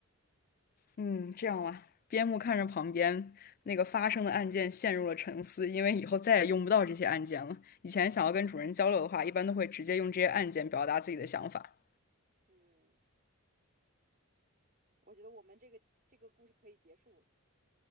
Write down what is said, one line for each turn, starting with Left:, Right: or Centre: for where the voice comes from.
Left: 嗯，这样吧，边牧看着旁边那个发生的案件陷入了沉思，因为以后再也用不到这些案件了。以前想要跟主人交流的话，一般都会直接用这些案件表达自己的想法。
Right: 嗯，我觉得我们这个这个故事可以结束了。